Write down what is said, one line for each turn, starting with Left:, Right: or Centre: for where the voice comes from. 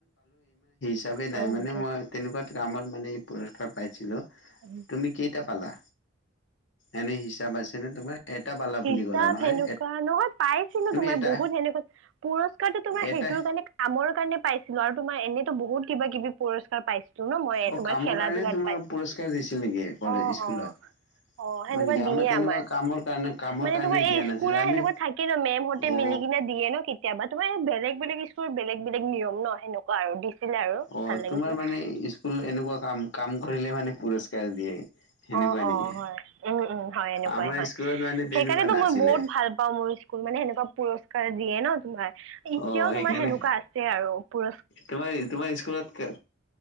Left: চাবি
Right: হয়
Left: নাই মানে
Right: নেকি।
Left: মই তেনেকুৱাত কামত মানে পুৰস্কাৰ পাইছিলো।
Right: উম
Left: তুমি কেইটা পালা এনে হিচাপ আছে নে তোমাৰ এটা পালা
Right: হিচাপ
Left: বুলি ক'লা নহয়
Right: সেনেকুৱা নহয় পাইছিলো
Left: তুমি
Right: তোমাৰ
Left: এটা
Right: বহুত সেনেকুৱা পুৰস্কাৰটো তোমাৰ
Left: এটা
Right: সেইটোৰ কাৰণে বাত কামৰ কাৰণে পাইছিলো আৰু তোমাৰ এনেতো বহুত কিবা কিবি পুৰস্কাৰ পাইছো ন মই এ
Left: অ
Right: তোমাৰ
Left: কামৰ
Right: খেলা
Left: কাৰণে
Right: ধূলাত
Left: তোমাৰ
Right: পাইছো।
Left: পুৰস্কাৰ দিছিল নেকি কলেজ
Right: অ'
Left: স্কুলত
Right: অ' অ'
Left: হয়
Right: সেনেকুৱা
Left: নেকি
Right: দিয়ে
Left: তেনেকুৱা
Right: আমাৰ
Left: কামৰ কাৰণে কামৰ
Right: মানে
Left: কাৰণে
Right: তোমাৰ
Left: দিয়া
Right: এই
Left: নাছিলে
Right: স্কুলৰ
Left: আমি
Right: সেনেকুৱা থাকে ন মে'মহতে
Left: অ
Right: মিলি কিনে দিয়ে ন কেতিয়াবা তোমাৰ হে বে বেলেগ বেলেগ স্কুলৰ বেলেগ বেলেগ নিয়ম ন সেনেকুৱা আৰু দিছিলে আৰু
Left: অ'
Right: ভাল
Left: তোমাৰ
Right: লাগিছিলে
Left: মানে স্কুল এনেকুৱা কাম কাম কৰিলে মানে পুৰস্কাৰ দিয়ে সেনেকুৱা
Right: অ'
Left: নেকি
Right: অ' হয় উম উম হয় এনেকুৱাই
Left: আমাৰ
Right: হয়
Left: স্কুলত মানে তেনেকুৱা
Right: সেইকাৰণেতো
Left: নাছিলে
Right: মই বহুত ভাল পাওঁ মোৰ স্কুল মানে সেনেকুৱা পুৰস্কাৰ দিয়ে ন তোমাৰ এতিয়াও
Left: অ সেইকাৰণে
Right: তোমাৰ সেনেকুৱা আছে আৰু পুৰস্কা
Left: তোমাৰ তোমাৰ স্কুলত কে